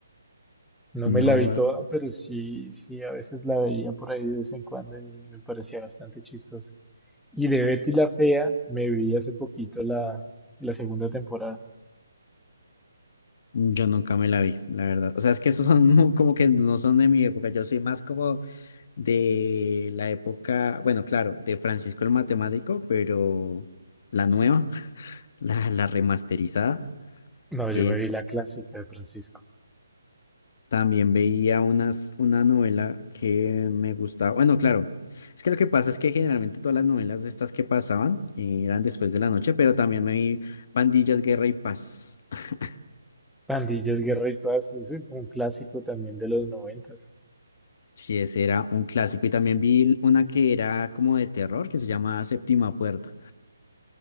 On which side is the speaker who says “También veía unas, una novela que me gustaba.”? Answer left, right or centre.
Left